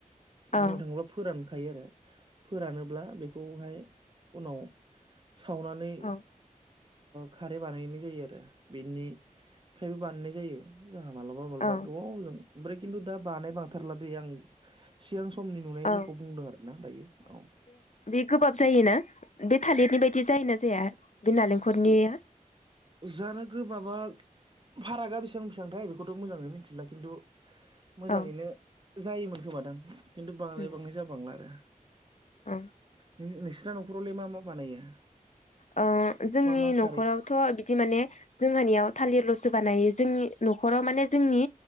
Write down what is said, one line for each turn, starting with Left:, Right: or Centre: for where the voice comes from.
Left: औ
Right: बुंंनो थाङोब्ला फोरानखायो आरो फोरानोब्ला बेखौहाय उनाव सावनानै
Left: औ
Right: खारै बानायनाय जायो आरो बेनिफ्रायबो बानायनाय जायो जोंहा मालाबा माब्लाबा
Left: औ
Right: गोबावजों ओमफ्राय खिन्थु दा बानाय बांथारला दै आं सिगां समनि नुनायफोरखौ
Left: औ
Right: बुंदों आरो ना दायो औ।
Left: बे गोबाब जायोना बे थालिरनि बायदि जायोना जाया बे नालेंखलनिया?
Right: ओ जानो गोबाबा फारागा बेसेबां बेसेबांथाय बेखौथ' मोजाङै मिथिला खिन्थु मोजाङैनो
Left: औ
Right: जायोमोन खोमादां खिन्थु बांद्राय
Left: उम
Right: बांनाय जा बांला आरो।
Left: ओ
Right: नोंसिना नखरावलाय मा मा बानायो?
Left: ओं जोंनि
Right: मा मा
Left: नखरावथ
Right: खारै
Left: बिदि माने जोंहानियाव थालिरलसो बानायो जोंनि नखराव माने जोंनि